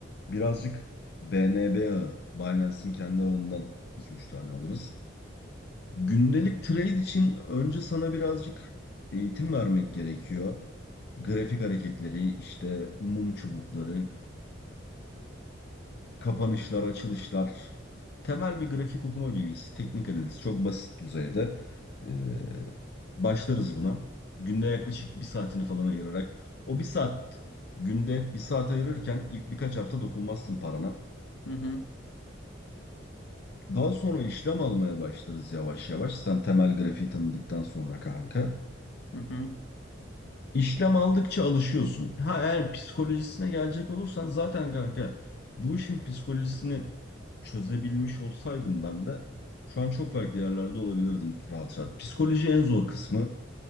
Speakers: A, on the left (about 55°); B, on the left (about 75°).
A: birazcık BNB ağı, Binance'in kendi ağından iki üç tane alırız. Gündelik trade için önce sana birazcık eğitim vermek gerekiyor. Grafik
B: Hı
A: hareketleri, işte mum çubukları, kapanışlar, açılışlar. Temel bir grafik okuma bilgisi, teknik analiz çok basit düzeyde. Ee, başlarız buna. Günde yaklaşık bir saatini falan ayırarak. O bir saat, günde bir saat ayırırken ilk birkaç hafta dokunmazsın parana.
B: hı,
A: Daha sonra işlem almaya başlarız yavaş yavaş. Sen temel grafiği tanıdıktan sonra kanka.
B: hı hı,
A: İşlem aldıkça alışıyorsun. Ha eğer psikolojisine gelecek olursan zaten kanka bu işin psikolojisini çözebilmiş olsaydım ben de şu an çok farklı yerlerde olabilirdim rahat rahat. Psikoloji en zor kısmı.